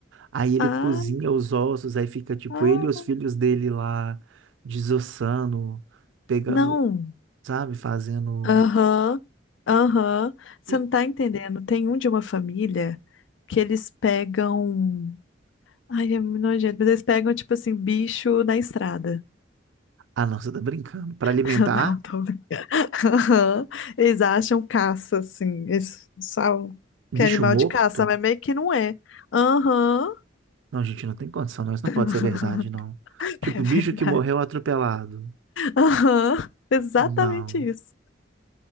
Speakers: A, on the right; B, on the left.
A: aí ele
B: Ah,
A: cozinha os ossos, aí fica tipo
B: ah,
A: ele e os filhos dele lá desossando, pegando,
B: não.
A: sabe, fazendo.
B: Aham, aham. Você
A: E-
B: não tá entendendo. Tem um de uma família que eles pegam. Ai, é muito nojento, mas eles pegam, tipo assim, bicho na estrada.
A: Ah, não, você tá brincando. Para alimentar
B: <laughs> Não, tô brincando. Aham. Eles acham caça, assim. Eles sabem
A: bicho
B: que é animal
A: morto?
B: de caça, mas meio que não é. Aham.
A: Não, gente, não tem condição, não. Isso não pode
B: <laughs>
A: ser verdade, não. Tipo,
B: É verdade.
A: bicho que morreu atropelado.
B: Aham. Exatamente
A: Não,
B: isso.